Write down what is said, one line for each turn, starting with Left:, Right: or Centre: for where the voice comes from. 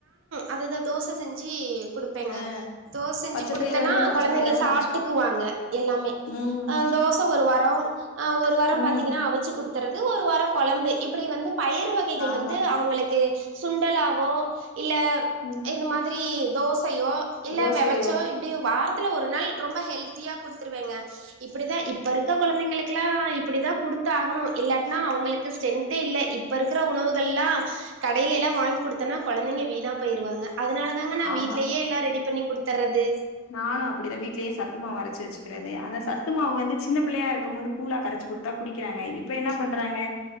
Right: அதுதா தோச செஞ்சு குடுப்பேங்க
Left: ஆ
Right: தோச செஞ்சு
Left: பச்ச
Right: குடுத்தன்னா
Left: பயிர வந்து பச்ச
Right: கொழந்தைங்க
Left: பயிராவு
Right: சாப்ட்டுக்குவாங்க
Left: அவிச்சு
Right: எல்லாமே
Left: ம்
Right: அ தோச ஒரு வாரோ ஆ ஒரு வாரோ
Left: ம்
Right: பாத்தீங்கன்னா அவிச்சு குடுத் துறது ஒரு வாரோ கொழம்பு இப்டி வந்து பயிறு வகைகள்
Left: ஆமா
Right: வந் அவங்களுக்கு சுண்டலாவோ இல்ல
Left: ம்
Right: இந்த மாதிரி தோசையோ இல்ல
Left: தோசையோ
Right: வெவச்சோ இப்டி வாரத்துல ஒரு நாள் ரொம்ப ஹெல்த்தியா குடுத்துருவேங்க இப்டிதா இப்ப இருக்க கொழந்தைங்களுக்கெல்லா இப்டிதா குடுத்து ஆகணு இல்லாட்னா அவங்களுக்கு ஸ்ட்ரென்த்தே இல்ல இப் ப்ப இருக்கிற உணவுகள்லா கடைலேல்லா வாங்கி குடுத்தன்னா கொழந்தைங்க வீணா போயிருவாங்க அதனால தாங்க நா
Left: ஆமா
Right: வீட்லயே எல்லா ரெடி பண்ணி குடுத்தர்றது
Left: நானு அப்டிதா வீட்லயே சத்துமாவு அரச்சு வச்சுக்கிறது அந்த சத்து மாவு வந்து சின்ன புள்ளையா இருக்கும் போது கூழா கரைச்சு குடுத்தா குடிக்கிறாங்க இப்ப என்ன பண்றாங்க